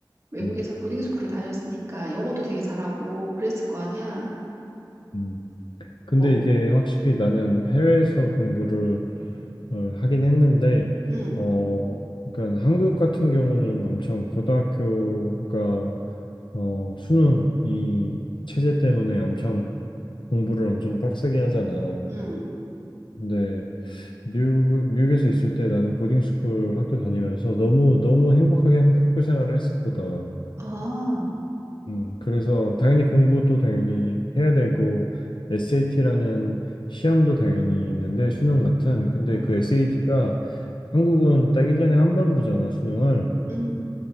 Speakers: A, on the right (about 35°); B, on the left (about 85°).
A: 외국에서
B: 음,
A: 보딩 스쿨을 다녔으니까 영어도 되게 잘하고 그랬을 거 아니야?
B: 음. 근데
A: 뭐,
B: 이게 확실히 나는 해외에서 공부를 어, 하긴 했는데,
A: 응,
B: 음, 어, 그러니까 한국 같은 경우는 엄청 고등학교가 어, 수능 이 체제 때문에 엄청 공부를 엄청 빡세게 하잖아.
A: 응,
B: 근데 미국, 미국에서 있을 때 나는 보딩 스쿨 학교 다니면서 너무 너무 행복하게 학교 생활을 했었거든.
A: 아,
B: 음, 그래서 당연히 공부도 당연히 해야 되고 SAT라는 시험도 당연히 있는데 수능 같은 근데
A: 응,
B: 그 SAT가 한국은 딱 1년에 한 번 보잖아 수능을
A: 응,